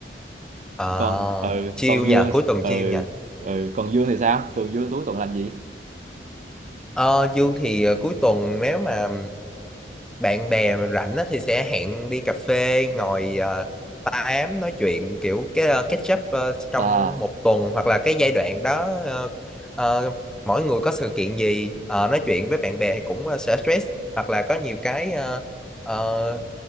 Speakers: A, in the centre; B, on the right.
A: ờ,
B: còn ừ
A: chill
B: còn
A: nha,
B: Dương
A: cuối
B: thì-
A: tuần
B: ừ
A: chill nha.
B: ừ còn Dương thì sao thường Dương cuối tuần làm gì
A: Ờ, Dương thì ờ, cuối tuần nếu mà bạn bè mà rảnh á, thì sẽ hẹn đi cà phê ngồi ờ, tám nói chuyện kiểu cái ờ, catch up ờ, trong
B: à
A: một tuần hoặc là cái giai đoạn đó ờ, ờ, mỗi người có sự kiện gì ờ, nói chuyện với bạn bè thì cũng ờ, sẽ stress hoặc là có nhiều cái ờ, ờ,